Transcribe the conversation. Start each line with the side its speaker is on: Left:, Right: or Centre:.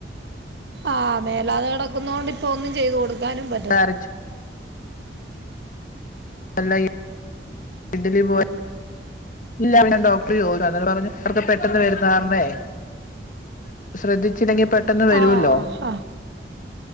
Right: ആഹ് മേലാതെ കെടക്കുന്നൊണ്ട് ഇപ്പ ഒന്നും ചെയ്ത് കൊടുക്കാനും പറ്റത്തി
Left: ഇറച്ചി അല്ലായി ഇഡ്ലി പോ ഇല്ല ഞാൻ ഡോക്ടർ ചോ അന്നനെ പറഞ്ഞു അവർക്ക് പെട്ടെന്ന് വര്ന്ന കാര്ണേയ് ശ്രദ്ധിച്ചില്ലെങ്കി പെട്ടെന്ന് വരുവല്ലോ
Right: ആഹ് ആഹ്